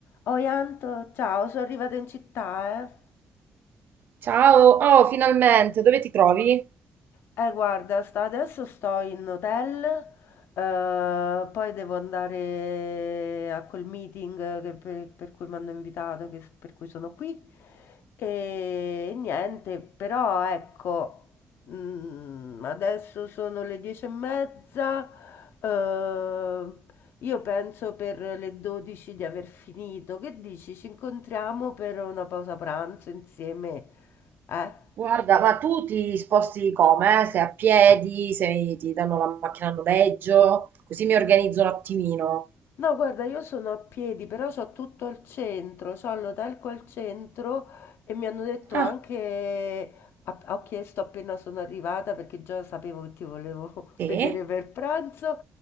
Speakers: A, on the left (about 80°); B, on the right (about 60°).
A: Oi Anto, ciao, sono arrivata in città, eh.
B: Ciao, oh, finalmente, dove ti trovi?
A: Eh, guarda, sta- adesso sto in hotel, eh, poi devo andare a quel meeting che- per, per cui mi hanno invitato, che- per cui sono qui. E niente, però ecco, mm, adesso sono le dieci e mezza, eh, io penso per le 12 di aver finito. Che dici? Ci incontriamo per una pausa pranzo insieme, eh?
B: Guarda, ma tu ti sposti come? eh? Se a piedi, se ti danno la macchina a noleggio, così mi organizzo un attimino.
A: No, guarda, io sono a piedi, però so tutto il centro, so Lodalco al centro e mi hanno detto
B: Ah,
A: anche, a- ho chiesto appena sono arrivata perché già sapevo che ti volevo
B: sì?
A: <laughs> vedere per pranzo,